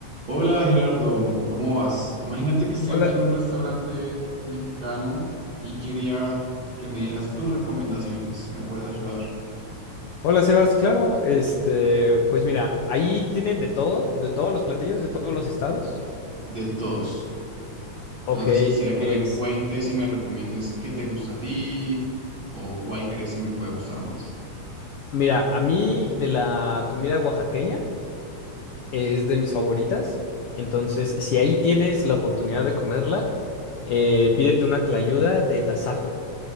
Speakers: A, on the right; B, on the left.
A: Hola Gerardo, ¿cómo vas? Imagínate que estoy
B: Hola,
A: aquí en un restaurante mexicano y quería que me dieras tus recomendaciones. ¿Me puedes ayudar?
B: hola Sebas, claro, este, pues mira, ahí tienen de todos, de todos los platillos, de todos los estados.
A: De todos.
B: Ok,
A: Entonces quisiera que
B: pues
A: me cuentes y me recomiendes qué te gusta a ti o cuál crees que me pueda gustar más.
B: mira, a mí de la comida oaxaqueña es de mis favoritas, entonces si ahí tienes la oportunidad de comerla, eh, pídete una tlayuda de tasajo.